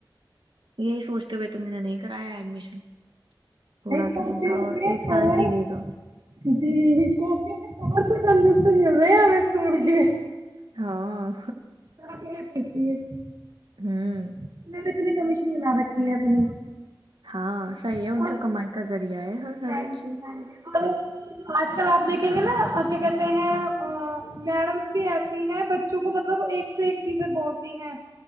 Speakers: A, on the right; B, on the right.
A: یہی سوچتے بیئے تو میر نےا نہیں کرا ہے ایڈمیشن تھوڑا
B: کاپیوں
A: سا میں کہا اور
B: کے
A: ایک
B: ک
A: سال جی لے گا
B: جی کاپیوں کے ک ندستل رہے ا اسکول کی
A: ہاں
B: ہاںک <unintelligible>
A: ہوں
B: کتنی کمیشن بنا رکھی ہے اپنی
A: ہاں صحیح ہے ان
B: اور
A: کا کمائی کا ذریعہ ہے ہر ہر
B: ہاں
A: ایک
B: جی
A: چیز
B: ہاں جی کو آج کل آپ دیکھیں گے نا کیا کہتے ہیں میڈمس بھی ایسی ہیں بچوں کو مطلب ایک سے ایک چیزیں بولتی ہیں